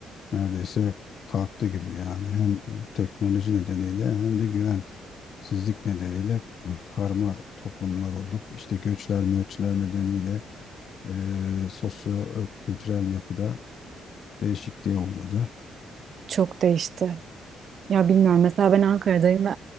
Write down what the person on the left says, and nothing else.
neredeyse kalktı gibi yani hem teknoloji nedeniyle hem de güven Sizlik nedeniyle karma toplumlar olduk. İşte göçler, möçler nedeniyle e, sosyo-kültürel yapıda değişikliğe uğradı.